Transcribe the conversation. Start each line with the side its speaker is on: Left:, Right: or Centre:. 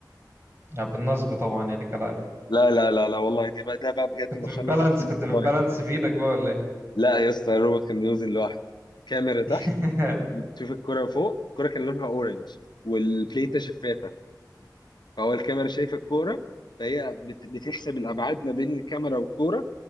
Right: يعني بالنصب طبعا يعني كلا
Left: لا لا لا لا والله دي بقى ده بقى بجد
Right: كنت
Left: المشروع
Right: بتبالانس
Left: اللي ما كانش فيه نقطه
Right: كنت بتبالانس
Left: بايظه
Right: بايدك بقى ولا ايه
Left: لا يا اسطى الروبوت كان بيوزن لوحده الكاميرا تحت
Right: <laughs>
Left: بتشوف الكرة فوق الكرة كان لونها اورنج والبليتة شفافة فهو الكاميرا شايفة الكرة فهي بت- بتحسب الابعاد ما بين الكاميرا والكرة